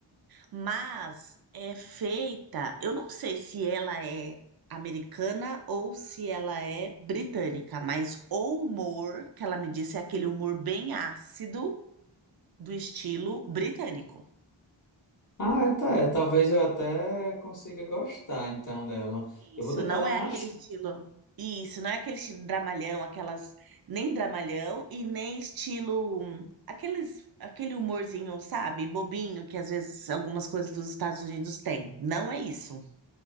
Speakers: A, on the right; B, on the left.
A: Mas é feita, eu não sei se ela é americana ou se ela é britânica, mas o humor que ela me disse é aquele humor bem ácido do estilo britânico.
B: Ah, é, tá, é, talvez eu até consiga gostar então dela. Eu
A: Isso
B: vou tentar
A: não
B: dar
A: é
B: uma.
A: aquele
B: ch-
A: estilo. Isso não é aquele estilo dramalhão, aquelas nem dramalhão e nem estilo hum, aqueles aquele humorzinho, sabe, bobinho que às vezes algumas coisas dos Estados Unidos têm. Não é isso.